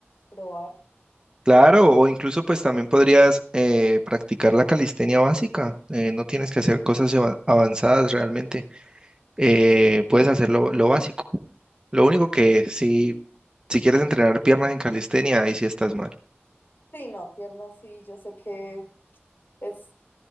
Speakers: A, on the left; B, on the right.
A: probar.
B: Claro, o incluso pues también podrías eh, practicar la calistenia básica. eh, no tienes que hacer cosas
A: Sí.
B: eva- avanzadas realmente. eh, puedes hacer lo, lo básico. Lo único que si, si quieres entrenar piernas en calistenia, ahí sí estás mal.
A: Sí, no, piernas sí, yo sé que es,